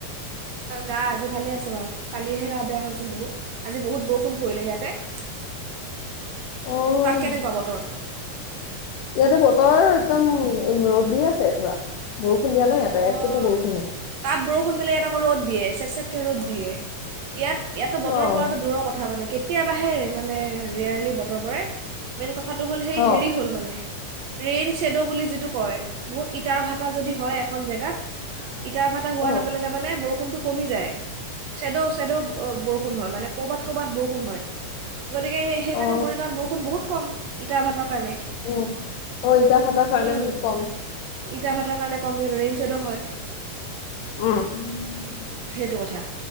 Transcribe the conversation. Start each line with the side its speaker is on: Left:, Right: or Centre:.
Right: গা আজি ভালে আছে বাৰু কালিহে গা বেয়া হৈছিল বহুত আজি বহুত বৰষুণ পৰিলে ইয়াতে <unintelligible>
Left: অ',
Right: তাত কেনেকুৱা বতৰ?
Left: ইয়াতে বতৰ একদম ৰ'দ দি আছে পুৰা বৰষুণ দিয়া নাই
Right: অ',
Left: ইয়াতে একটুপো বৰষুণ নাই।
Right: তাত বৰষুণ দিলে ইয়াত আকৌ ৰদ দিয়ে ৰ'দ দিয়ে ইয়াত ইয়াতো বতৰ
Left: অ',
Right: পৰাটো দূৰৰ কথা মানে কেতিয়াবাহে মানে ৰেয়াৰলি বতৰ পৰে মেইন কথাটো হ'ল সেই
Left: অ',
Right: হেৰি হ'ল মানে ৰেইন শ্বেড' বুলি যিটো কয় বহুত ইটাৰ ভাটা যদি হয় এখন জেগাত ইটাৰ ভাটা হোৱাৰ
Left: অ',
Right: লগে লগে মানে বৰষুণটো কমি যায় শ্বেডো শ্বেডো বৰষুণ হয় মানে ক'ৰবাত ক'ৰবাত বৰষুণ হয়। গতিকে সেইকাৰনে
Left: অ',
Right: মৰিগাঁৱত বৰষুণ বহুত কম ইটা ভাটাৰ কাৰণে
Left: উম অ ইটা ভাটাৰ কাৰণে
Right: উম,
Left: বহুত কম
Right: ইটা ভাতাৰ কাৰণে কম যে ৰেইন ছেদো হয়
Left: উম
Right: সেইটো কথা।